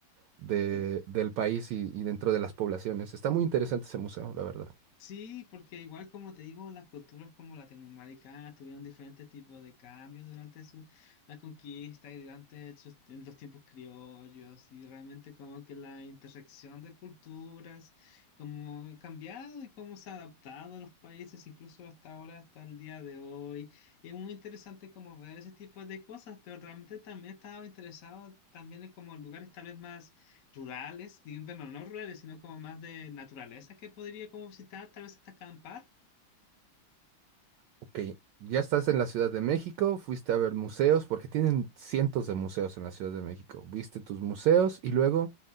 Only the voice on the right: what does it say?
de-
del país y, y dentro de las poblaciones. Está muy interesante ese museo, la verdad.
Ok, ya estás en la Ciudad de México, fuiste a ver museos, porque tienen cientos de museos en la Ciudad de México. Viste tus museos y luego